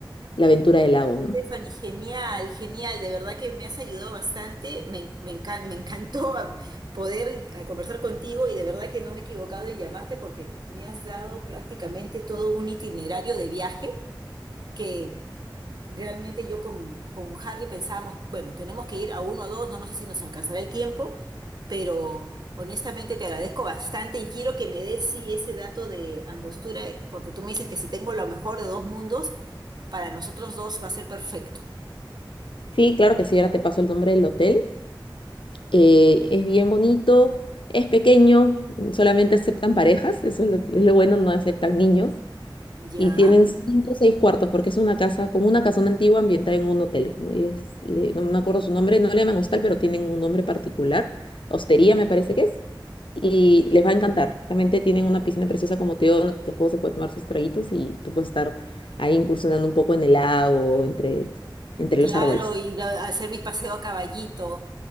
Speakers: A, on the left; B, on the right.
A: la aventura del lago, ¿no?
B: Stephanie, genial, genial, de verdad que me has ayudado bastante, me, me encan- me encantó a- poder a conversar contigo y de verdad que no me he equivocado en llamarte porque me has dado prácticamente todo un itinerario de viaje que Realmente yo con, con Harry pensábamos, bueno, tenemos que ir a uno o dos, no, no sé si nos alcanzará el tiempo, pero honestamente te agradezco bastante y quiero que me des sí ese dato de Angostura, porque tú me dices que si tengo lo mejor de dos mundos, para nosotros dos va a ser perfecto.
A: Sí, claro que sí, ahora te paso el nombre del hotel. Eh, es bien bonito, es pequeño, solamente aceptan parejas, eso es lo, es lo bueno, no aceptan niños.
B: Ya,
A: Y tienen cinco o seis cuartos, porque es una casa, como una casona antigua ambientada en un hotel. ¿no? Ellos, le- no me acuerdo su nombre, no le llaman hostal, pero tienen un nombre particular. Hostería me parece que es. Y les va a encantar. Realmente tienen una piscina preciosa como te digo, donde tu esposo se puede tomar sus traguitos y tú puedes estar ahí incursionando un poco en el lago, entre, entre
B: claro,
A: los árboles.
B: y da- hacer mi paseo a caballito